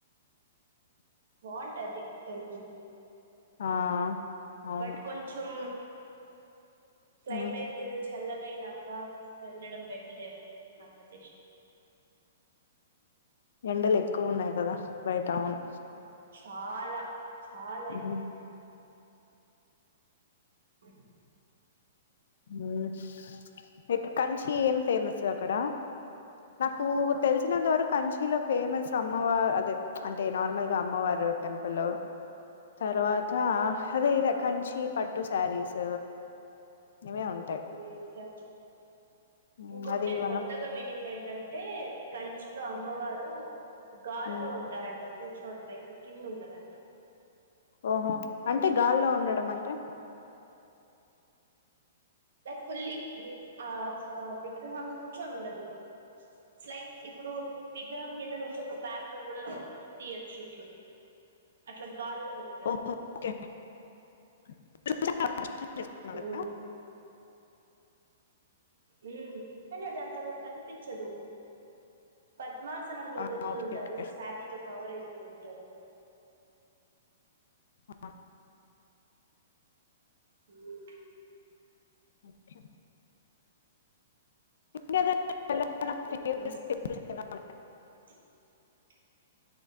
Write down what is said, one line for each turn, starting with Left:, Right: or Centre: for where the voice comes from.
Right: బాగుంటది టెంపుల్
Left: ఆ అవును
Right: బట్ కొంచం క్లైమేట్
Left: ఉమ్
Right: టిల్ చల్లగా అయినాక వెళ్ళడం బెటరేమో నా సజెషన్
Left: ఎండలు ఎక్కువ ఉన్నాయి కదా బయట అవును
Right: చాలా చాలా
Left: ఉమ్
Right: ఎక్కువున్నాయి ఉమ్
Left: ఉమ్ ఇక కంచి ఏం ఫేమస్ అక్కడ నాకు తెలిసినంతవరకు కంచీలో ఫేమస్ అమ్మవా అదే అంటే నార్మల్ గా అమ్మవారు టెంపుల్ తర్వాత అదే ఇగ
Right: ఆ
Left: కంచి పట్టు సారీస్ ఇవే ఉంట
Right: ఉమ్ కంచి
Left: ఉమ్
Right: ఇంకోటి
Left: అది
Right: నేను
Left: వన్
Right: కొత్తగా
Left: ఆఫ్
Right: వినింది ఏంటంటే కంచిలో అమ్మవారు గాల్లో
Left: ఉమ్
Right: ఉంటారంట కూర్చొని లైక్ కింద ఉండరంట
Left: ఓహో అంటే గాల్లో ఉండడం అంటే
Right: ఫుల్లి ఆ విగ్రహం కూర్చోని ఉండదు లైక్ ఇప్పుడు విగ్రహం కింద నుంచి ఒక పేపర్ గూడా తీయొచ్చు ఇట్లు అట్లా గాల్లో ఉంటారు
Left: ఓహో ఓకే <unintelligible> చేస్తున్నవ్
Right: ఉమ్
Left: గదా <inaudible>
Right: ఉమ్ కాని అది అంతగా కనిపించదు పద్మాసనంలో
Left: ఆ,
Right: కూర్చొని
Left: ఓకే
Right: ఉంటారు
Left: ఓకే
Right: శారీతో కవర్ అయిపోయి ఉంటారు
Left: ఆ
Right: ఉమ్
Left: ఓకే ఇన్నిరోజులు నాకు దెలువద్ నాకు
Right: వెళ్ళు కంచి.
Left: ఎవరు చెప్పలేదు నాకు
Right: <inaudible>